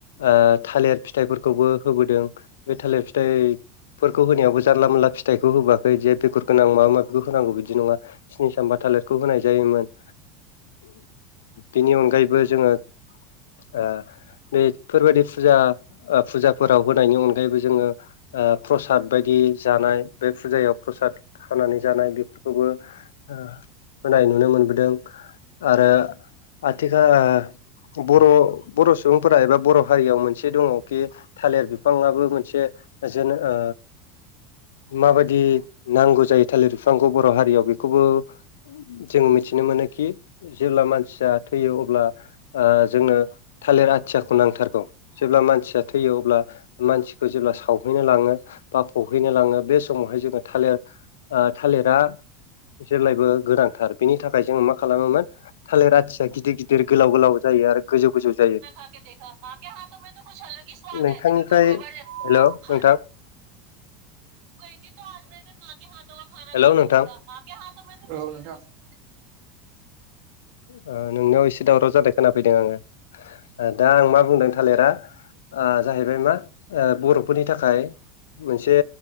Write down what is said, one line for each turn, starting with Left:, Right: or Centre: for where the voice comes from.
Left: ओ थालिर फिथाइफोरखौबो होबोदों बे थालिर फिथाइ फोरखौ होनायावबो जानला मोनला फिथाइखौ होआखै बिदि ओ बेगुर गोनां माबा माबिखौ होनांगौ बिदि नङा स्नि सामफ्फा थालिरखौ होनाय जायोमोन। बेनि अनगायैबो जोङो। ओ बेफोरबायदि फुजा ओ फुजाफोराव होनायनि अनगायैबो जोङो ओ प्रसाद बायदि जानाय बे फुजायाव प्रसाद खानानै जानाय बेफोरखौबो ओ होनाय नुनो मोनबोदों ओ आरो आथिखाल ओ ओ बर' बर' सुबुंफोरा एबा बर' हारियाव मोनसे दङ कि थालिर बिफाङाबो मोनसे जेन ओ माबायदि नांगौ जायो थालिर बिफांखौ बर' हारियाव बेखौबो जोङ मिथिनो मोनोखि जेब्ला मानसिया थैयो अब्ला ओ जोङोबो थालिर आथियाखौ नांथारगौ जेब्ला मानसिया थैयो अब्ला मानसिखौ जेब्ला सावो नो लाङो बा फबहैनो लाङो बे समावहाय जोङो थालिर ओ थालिरा जेब्लायबो गोरान थार बेनि थाखाय जोङो मा खालामोमोन थालिर आथिया गिदिर गिदिर गोलाव गोलाव जायो आरो गोजौ गोजौ जायो।
Right: <unintelligible>
Left: नोंथांनिफ्राय हेल' <unintelligible>
Right: <unintelligible> औ
Left: हेल' नोंथां
Right: नोंथां
Left: ओ नोंनाव एसे दावराव जानाय खोनाफैदों आङो ओ दा आं मा बुंदों थालिरा ओ ओ जाहैबाय मा ओ बर'फोरनि थाखाय मोनसे